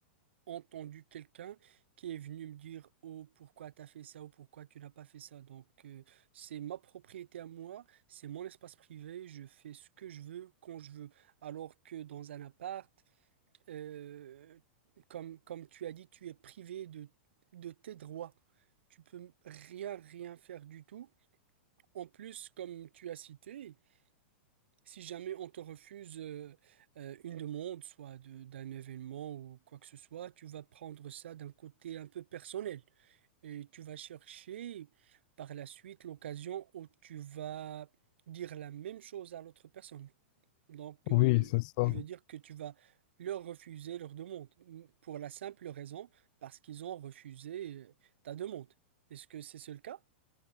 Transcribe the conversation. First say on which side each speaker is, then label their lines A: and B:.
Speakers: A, on the right; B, on the left.
A: entendu quelqu'un qui est venu me dire «Oh, pourquoi t'as fait ça?» ou «Pourquoi tu n'as pas fait ça?» Donc, euh, c'est ma propriété à moi, c'est mon espace privé, je fais ce que je veux, quand je veux. Alors que dans un appart, euh, comme, comme tu as dit, tu es privé de, de tes droits. Tu peux rien, rien faire du tout. En plus, comme tu as cité, si jamais on te refuse euh, euh, une demande, soit de- d'un événement ou quoi que ce soit, tu vas prendre ça d'un côté un peu personnel et tu vas chercher par la suite l'occasion où tu vas dire la même chose à l'autre personne. Donc, euh,
B: Oui, c'est ça.
A: je veux dire que tu vas leur refuser leur demande pour la simple raison parce qu'ils ont refusé euh, ta demande. Est-ce que c'est ce le cas?